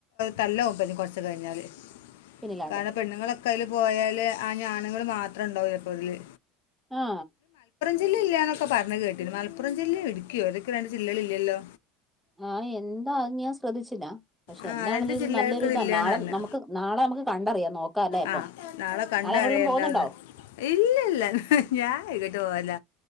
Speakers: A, on the left; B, in the centre.
A: തല്ല ഉമ്പോ ഇനി കൊറച്ച് കഴിഞ്ഞാല്
B: പിന്നിലാണ്ട്
A: കാരണം പെണ്ണുങ്ങളൊ കയ്യില് പോയാല് ആ ആണുങ്ങള് മാത്രം ഉണ്ടാവൂ എപ്പോതില്
B: ആ
A: ജില്ലാലെക്കെ പറഞ് കേട്ടിര്ന്ന് മലപ്പുറം ജില്ലയ ഇടിക്കിയോ എതൊക്കെ രണ്ട് ജില്ലകളില്ലല്ലോ
B: ആഹ് എന്താ അത് ഞാൻ ശ്രദ്ധിച്ചില്ല പക്ഷെ
A: ആ
B: എന്താണേലും
A: രണ്ട്
B: ഇത്
A: ജില്ലകൾക്ക്
B: നല്ലൊരു
A: ഇതില്ല
B: ഇതാ നാളെ
A: എന്ന് പറഞ്ഞു
B: നമുക്ക് നാളെ നമുക്ക് കണ്ടറിയാം നോക്കാല്ലേ അപ്പം
A: ആ നാളെ കണ്ട
B: എങ്ങോട്ടേലും
A: അറിയം എന്താന്ന്
B: പോകുന്നുണ്ടോ
A: ഇല്ല ഇല്ല ഞാൻ ആകോട്ട് പോവല്ല